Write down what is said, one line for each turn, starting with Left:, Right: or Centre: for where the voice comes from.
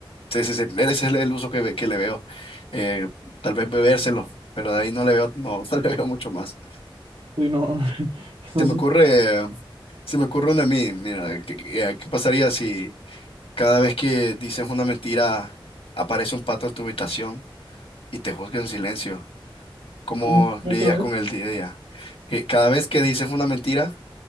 Left: Sí, sí, sí, ese es el, el uso que, ve- que le veo. Eh, tal vez bebérselo, pero de ahí no le veo, no, <laughs> no le veo mucho más.
Right: Sí, no, <laughs> no
Left: Se
Right: sé,
Left: me ocurre, eh, se me ocurre una a mí, mira, ¿qué, qué eh, qué pasaría si cada vez que dices una mentira aparece un pato en tu habitación y te juzga en silencio? ¿Cómo
Right: ¿cómo otra
Left: lidias
Right: vez?
Left: con el día a día? Que cada vez que dices una mentira,